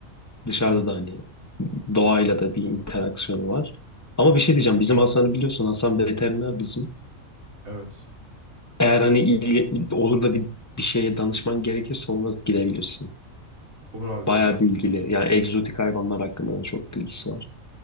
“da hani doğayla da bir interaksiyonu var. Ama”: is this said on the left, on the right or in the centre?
Left